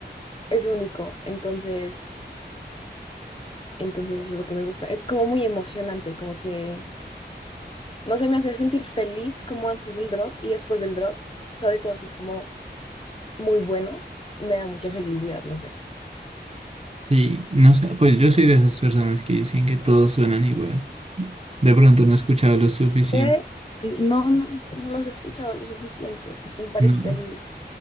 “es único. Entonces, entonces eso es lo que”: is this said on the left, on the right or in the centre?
Left